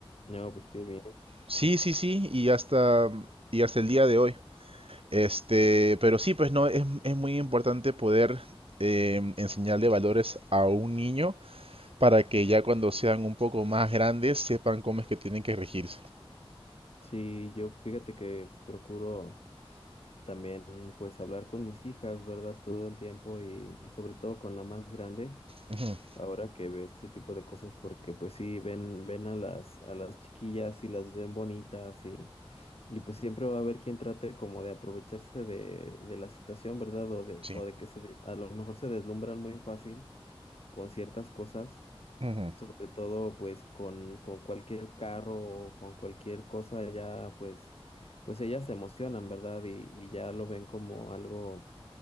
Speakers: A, on the left (about 85°); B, on the right (about 70°).
A: No, pues qué bien.
B: Sí, sí, sí, y hasta, y hasta el día de hoy. Este, pero sí, pues no, es, es muy importante poder em, enseñarle valores a un niño para que ya cuando sean un poco más grandes sepan cómo es que tienen que regirse.
A: Sí, yo fíjate que procuro también pues hablar con mis hijas, ¿verdad? Todo el tiempo y, y sobre todo con la más grande.
B: Ujú,
A: ahora que veo este tipo de cosas, porque pues sí, ven, ven a las, a las chiquillas y las ven bonitas y, y pues siempre va a haber quien trate como de aprovecharse de, de la situación, ¿verdad? O de,
B: sí,
A: o de que se de- a lo mejor se deslumbran muy fácil con ciertas cosas,
B: ujú,
A: sobre todo pues con, con cualquier carro o con cualquier cosa, ya pues, pues ellas se emocionan, ¿verdad? Y, y ya lo ven como algo